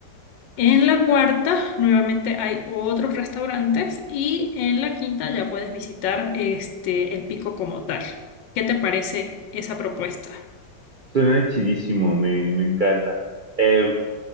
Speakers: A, on the left (about 80°); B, on the right (about 65°).
A: En la cuarta, nuevamente hay otros restaurantes y en la quinta ya puedes visitar este el pico como tal. ¿Qué te parece esa propuesta?
B: Suena chidísimo, me, me encanta. Em,